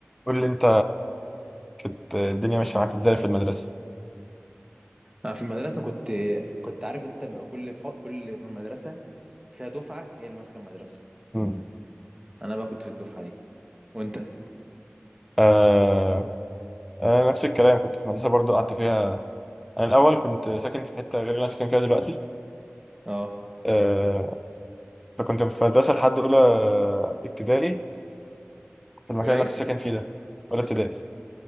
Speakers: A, in the centre; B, on the right.
A: قول لي انت كانت الدنيا ماشيه معاك ازاي في المدرسه
B: انا في المدرسه كنت كنت عارف انت بيبقى كل ف... كل من مدرسه فيها دفعه هي اللي ماسكه المدرسه
A: امم
B: انا بقى كنت في الدفعه دي وانت
A: آه آه نفس الكلام كنت في مدرسه برضو قعدت فيها انا الاول كنت ساكن في حته غير اللي انا ساكن فيها دلوقتي
B: اه
A: آه فكنت في مدرسه لحد اولى ابتدائي في المكان
B: ولا
A: اللي
B: ايه
A: انا كنت ساكن فيه ده اولى ابتدائي